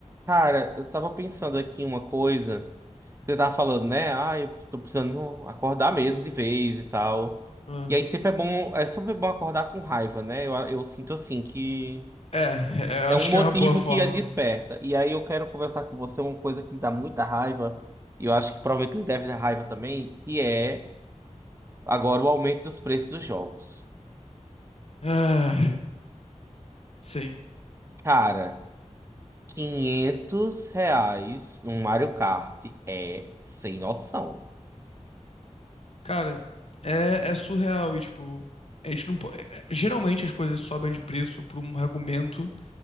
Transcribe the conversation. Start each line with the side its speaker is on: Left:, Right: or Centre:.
Right: Cara, eu tava pensando aqui em uma coisa. Você tava falando, né? Ah, eu tô precisando acordar mesmo de vez e tal.
Left: Ah,
Right: E aí sempre é bom, é sempre bom acordar com raiva, né? Eu, eu sinto assim que
Left: É, é,
Right: é
Left: acho
Right: um motivo
Left: que é uma boa forma.
Right: que a desperta. E aí eu quero conversar com você uma coisa que me dá muita raiva, e eu acho que provavelmente lhe deve dar raiva também, que é agora o aumento dos preços dos jogos.
Left: Ah, sim.
Right: Cara, 500 reais num Mario Kart é sem noção.
Left: Cara, é, é surreal e, tipo, a gente não pode. Geralmente as coisas sobem de preço por um argumento